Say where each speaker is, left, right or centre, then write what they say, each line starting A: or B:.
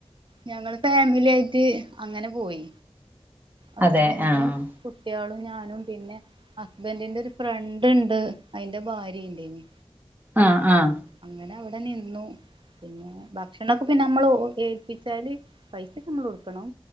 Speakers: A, on the right; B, on the right.
A: ഞങ്ങള് ഫാമിലി ആയിട്ട് അങ്ങനെ പോയി ഹസ്ബൻ്റും
B: അതെ ആഹ്
A: കുട്ടികളും ഞാനും പിന്നെ ഹസ്ബൻ്റ്ന്റെ ഒരു ഫ്രണ്ട്ണ്ട് അതിന്റെ ഭാര്യ ഉണ്ടേനു
B: ആഹ് ആഹ്
A: അങ്ങനെ അവിടെ നിന്നു പിന്നെ ഭക്ഷണൊക്കെ ഓ പിന്നെ നമ്മള് ഏൽപ്പിച്ചാല് പൈസയൊക്കെ നമ്മള് കൊടുക്കണം